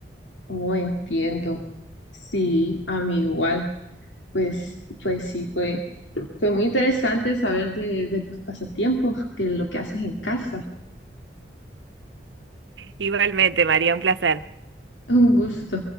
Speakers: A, on the left; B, on the right.
A: Oh, entiendo. Sí, a mí igual. Pues, pues sí, fue, fue muy interesante saber de, de tus pasatiempos, que lo que haces en casa.
B: Igualmente, María, un placer.
A: Un gusto.